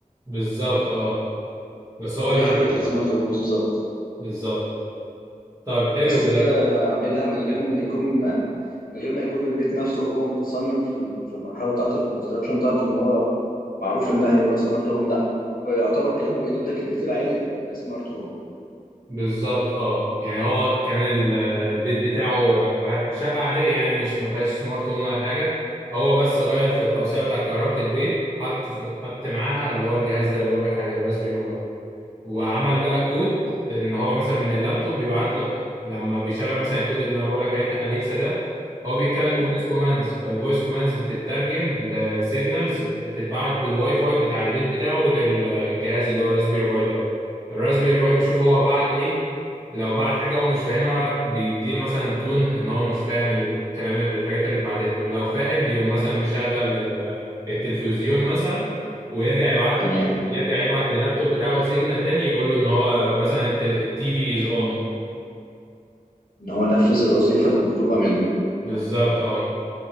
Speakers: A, on the right; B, on the left.
A: بالظبط اه بس هو
B: زي
A: اللي
B: فكرة
A: عملها
B: السمارت هوم بالظبط
A: بالظبط طيب حلو
B: بس كده
A: ده
B: اعملها من غير ما يكون من غير ما يكون البيت نفسه هو متصمم في ال- في المرحلة بتاعة الكونستراكشن بتاعته ان هو معروف ان ده هيبقى سمارت هوم لا هو يعتبر كأنه بيقلب لك البيت العادي السمارت هوم
A: بالظبط اه يعني هو كان ال- البيت بتاعه ع- شقة عادية يعني مش ما فيهاش سمارت هوم ولا حاجة هو بس غير في التوسيع بتاع كهربة البيت حط في- حط معاها اللي هو الجهاز ده اللي بقولك عليه الراسبيري وعمل بقى كود ان هو مثلا من اللابتوب بيبعت له إيه؟ لما بيشغل مثلا الكود اللي انا بقول لك عليه بتاع اليكسا ده هو بيتكلم
B: اه
A: بفويس كوماندز فالفويس كوماندز بتترجم لسيجنالز بتتبعت بالواي فاي بتاع البيت بتاعه للجهاز اللي هو الراسبيري باي ده الراسبيري باي بيشوف هو بعت ايه لو بعت حاجه هو مش فاهمها بيديله مثلا تون ان هو مش فاهم الكلام الحاجات اللي اتبعتت له لو فاهم بيقوم مثلا مشغل ال- التلفزيون مثلا ويرجع يبعت
B: تمام
A: له يرجع يبعت لللابتوب بتاعه سيجنال تاني يقول له ان هو مثلا التي في از اون
B: ان هو نفذ الوظيفه اللي مطلوبه منه
A: بالظبط اه